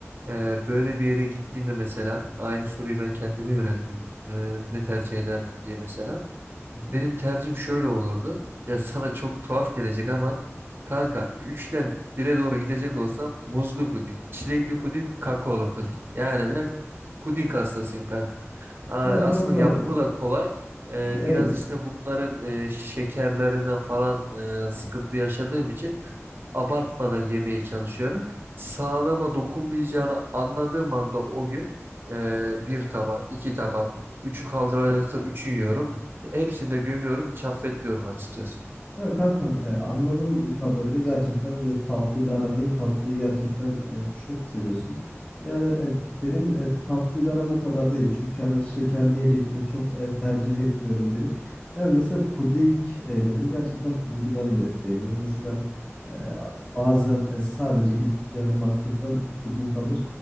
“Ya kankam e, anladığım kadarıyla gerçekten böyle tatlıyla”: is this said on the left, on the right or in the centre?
Left